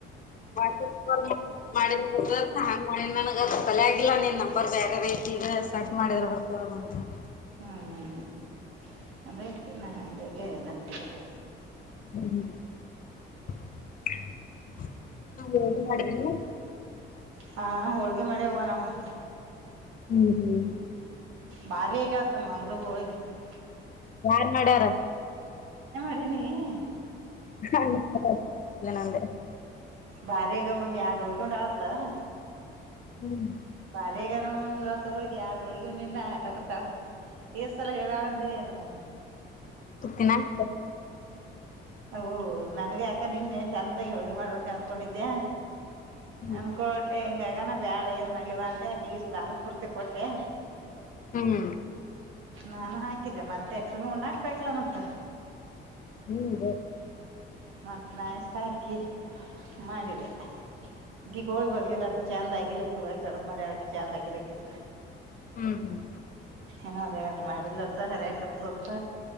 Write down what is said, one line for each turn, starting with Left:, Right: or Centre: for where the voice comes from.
Left: ವಾಚಕ <unintelligible> ಮಾಡಿದ್ರ ಬ ಹಾಂಗ್ ಮಾಡಿದ ನನಗ ತಲೆ ಆಗಿಲ್ಲಾ ನೀನ್ ನಂಬರ್ ಬೇರೆ ಬೇಕ ಈಗ ಸಾಕ ಮಾಡಿದ್ರ ಬರ್ತವ ಹ್ಮ <inaudible>
Right: ಹ್ಮ್ ಅದೇ ತಿಿನಂದೇ ಬಂದಿ ದ
Left: ಹ್ಮ <inaudible> ನಾ ಎ್ದ ಮಾಡಣ <unintelligible>
Right: ಹಾ ಹೋಳ್ಗಿ ಮಾಡಿವ್ ಅವ್ವ ನಾವು
Left: ಹ್ಮ್ ಹ್ಮ್
Right: ಬಾರಿಗತ್ತ ಮಂಗ್ಳ ಹಳಗೆ <unintelligible>
Left: ಯಾರ್ ಮಾಡ್ಯಾರ
Right: ನೀ <inaudible>
Left: ಹ ಜನಂದ <unintelligible>
Right: ಬಾರಿ ಈಗ ಮಮ್ಮಿ ಆಡು ಹಳ್ಗೊಂಡ ಆತ್ತ <unintelligible>
Left: ಹ್ಮ್
Right: ಬಾರಿ ಆಗ್ಯಾವ ನೋಡ್ ಮಮ್ಮಿ ಇವತ್ ಹೋಳ್ಗೆ ಎರಡು ಹೋಳ್ಗೆ ಉಂಡ್ಯಾನ್ ನ ಅನ್ನಾಕತ್ತಾಳ ಸಲ ಹೇಳಡಂತೀನಿ ಅದನ <unintelligible>
Left: ಿನಾ <inaudible>
Right: ಓ ನನ್ಗ ಯಾಕ ನಿನ್ನೆ ಚಂದಾಗಿ ಹೋಳ್ಗೆಿ ಮಾಡ್ಬೇಕ ಅನ್ಕೊಂಡಿದ್ದ್ಯಾ
Left: ಹ್ಮ್
Right: ಅನ್ಕೋಟೆ ಹೆಂಗಗನ ಬ್ಯಾಡ ಏನ್ ಮಾಡ್ಲೇವ ಅಂದೆ ಆಕಿ ಈಸ್ ಭಾನತ್ ಪೂರ್ತಿ ಕೊಟ್ಟೆ
Left: ಹ್ಮ್
Right: ನಾನು ಹಾಕಿದ್ದೆ ಮಾತ್ಯಾಕ್ ಸುಮ್ನೆ ಉಣ್ಣಾಕ್ ಬೇಕಲ್ಲ ಮತ್ತ್
Left: ಹ್ಮ್ ಹ <inaudible>
Right: ಮತ್ತ್ ನಾಯಸಾಕಿ ಮಾಡಿದೆೆ ದೀಪಾವಳಿ ಬರ್ಲಿಲ್ಲತ್ತ ಚಂದ್ ಆಗಿಲಕ್ಕಿ ಬರೆ ಕಡಿಮ್ ಮಾಡಲ್ ಆಕಿ ಚಂದ್ ಆಗಿಲ್ ಅಕ್ಕಿದು
Left: ಹ್ಮ್ ಹ್ಮ್
Right: ಏನೋ ಒಂದು ವೆಂಟ್ ಮಾಡಿಲ್ಲತ್ತ ಹರಿಯಕತ್ತತ್ತ